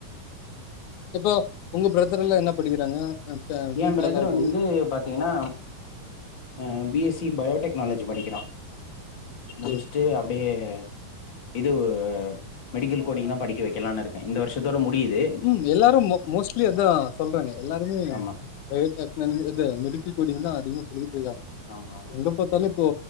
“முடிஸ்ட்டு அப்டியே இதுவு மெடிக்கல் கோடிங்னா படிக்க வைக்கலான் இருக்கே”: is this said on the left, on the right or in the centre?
Left